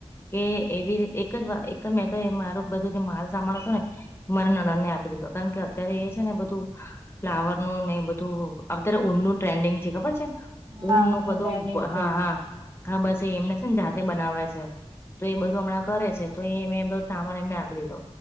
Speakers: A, on the left; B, on the right.
A: કે એવી રીતે એક જ વા એક જ મેં તો મારું બધું જે માલ સામાન હતો ને. <inaudible> આપી દીધો કારણ કે અત્યારે એ છે, ને બધું. ફ્લાવરનુંને એ બધું અત્યારે ઊન નું ટ્રેન્ડિંગ છે ખબર છે?
B: હા
A: ઊન નું
B: ઓનું
A: બધું
B: ટ્રેન્ડિંગ છે
A: હા હા હા બસ એ એમને છે ને જાતે બનાવે છે, તો એ બધું હમણાં કરે છે, તો એ મેંધો સામાન એમને આપી દીધો.